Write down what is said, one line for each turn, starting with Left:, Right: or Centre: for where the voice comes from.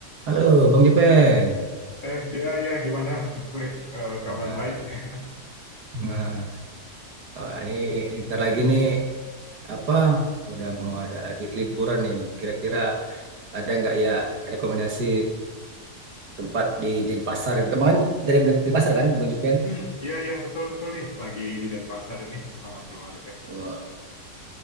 Right: Halo, Bang Jepen.
Left: Eh, ya, ya, gimana, Fri? Eh,
Right: Ya,
Left: kabar baiknya? <laughs>
Right: nah, wah, ini ntar lagi nih apa? Udah mau ada di liburan nih. Kira-kira ada nggak ya rekomendasi tempat di Denpasar? Gitu. kan Bang, kan dari Denpasar kan, Bang Jepen?
Left: Hmm, ya, ya, betul, betul nih. Lagi di Denpasar ini sama keluarga.
Right: Eh,